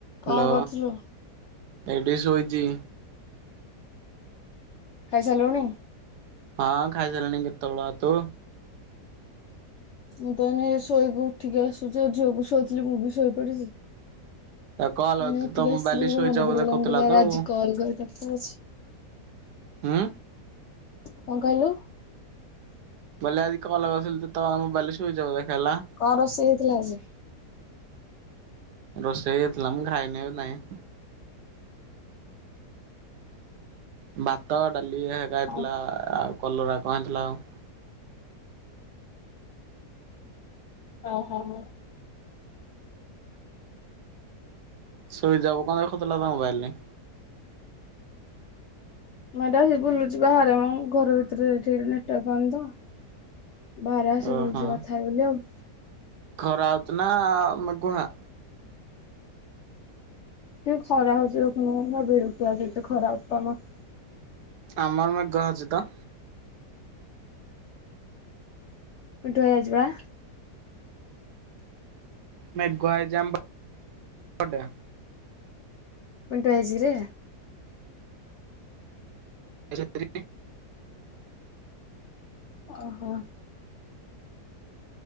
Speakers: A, on the left; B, on the right.
A: କଣ
B: Hello
A: କରୁଥିଲୁ
B: ଏଠି ଶୋଇଛି।
A: ଖାଇ ସାରିଲୁଣି?
B: ହଁ ଖାଇସାରିଲିଣି କେତେବେଳୁ ତୁ?
A: ମୁଁ ତ ଏନେ ଶୋଇକୁ ଉଠିକି ଆସୁଛି ଆଉ ଝିଅକୁ ଶୋଇଉଥିଲି ମୁଁ ବି ଶୋଇ ପଡିଛି।
B: ଆଉ କଲ
A: ଏଇନେ ଉଠିକି
B: ତ ମୋବାଇଲ
A: ଆସିଲି ମୋର
B: ସୁଇଚ
A: ମନେ
B: ଅଫ୍
A: ପଡିଗଲା
B: ଦେଖଉଥିଲା
A: ମୁଁ କହିଲି
B: ତ
A: ଆରେ
B: ଆଉ
A: ଆଜି କଲ୍ <unintelligible>
B: ହୁଁ।
A: କଣ କହିଲୁ?
B: ବଲେ ଆଜି କଲ୍ ଲଗଉଥିଲି ତତୋ ମୋବାଇଲ୍ ସୁଇଜି ଅଫ୍ ଦେଖେଇଲା।
A: କଣ ରୋଷେଇ ହେଇଥିଲା ଆଜି?
B: ରୋଷେଇ ହେଇଥିଲା ମୁଁ ଖାଇ ନି ବି ନାଇଁ। ଭାତ ଡାଲି ହେକା ହେଇଥିଲା
A: ଓ
B: ଆଉ କଲରା କଣ ହେଇଥିଲା ଆଉ।
A: ଓହୋ ହୋ।
B: ସୁଇଜି ଅଫ୍ କଣ ଦେଖୋଉଥିଲା ତୋ ମୋବାଇଲ୍?
A: ମୁଁ ଏଟା ହେ ବୁଲୁଚି ବାହାରେ ମ ଘର ଭିତରେ ଠିକ୍ ନେଟୱର୍କ ପାଉନି ତ। ବାହାର ଆସି
B: ଓହୋ
A: ବଲୁଛି କଥା ହେବି ବୋଲି ଆଉ।
B: ଖରା ଆଉଛି ନା ଆମେ ମେଗୁହା
A: ଯୋଙ ଖରା ହଉଛି ଦେଖୁନୁ ବିରକ୍ତି ହୋଉଛି ଏତେ ଖରା ବୋପା ମା।
B: ଆମର ମେଘୁଆ ଅଛି ତ।
A: ପିଣ୍ଟୁ ଭାଇ ଆଇଚି ବା?
B: ମେଘୁଆ ହେଇଚି ଆମ ପ ପଟେ।
A: ପିଣ୍ଟୁଆ ଆଇଚି କିରେ।
B: <unintelligible>
A: ଓହୋ।